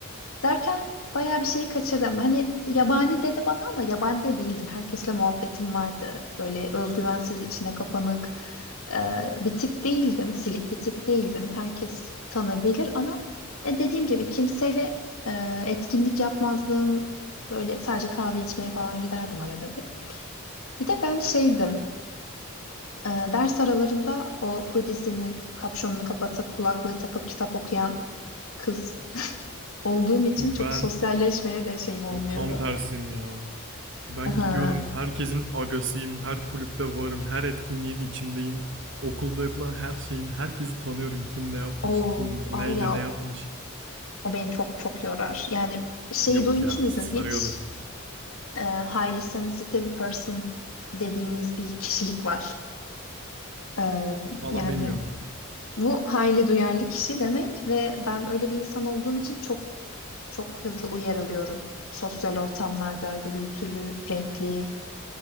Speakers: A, on the left; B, on the right.
A: Derken bayağı bir şeyi kaçırdım. Hani yabani dedi bana ama yabani de değildim. Herkesle muhabbetim vardı. Böyle özgüvensiz, içine kapanık e, bir tip değildim. Silik bir tip değildim. Herkes tanır bilir ama e, dediğim gibi kimseyle e, etkinlik yapmazdım. Böyle sadece kahve içmeye falan giderdim arada bir. Bir de ben şeydim. Ee, ders aralarında o hoodiesinin kapşonunu kapatıp kulaklığı takıp kitap okuyan kız olduğum için
B: Ben
A: çok sosyalleşmeye de şeyim olmuyordu.
B: tam tersiyim ya. Ben
A: Aha.
B: gidiyordum herkesin agasıyım. Her kulüpte varım. Her etkinliğin içindeyim. Okulda yapılan her şeyin herkesi tanıyorum. Kim ne yapmış,
A: O
B: kim
A: var
B: neyle
A: ya
B: ne yapmış.
A: o beni çok çok yorar. Yani şeyi
B: Yok
A: duymuş
B: ya
A: muydun
B: sarıyordu.
A: hiç? Ee, highly sensitive person dediğimiz bir kişilik var. Ee,
B: Valla
A: yani
B: bilmiyorum.
A: bu highly duyarlı kişi demek ve ben öyle bir insan olduğum için çok çok hızlı uyarılıyorum. Sosyal ortamlarda gürültülü, renkli,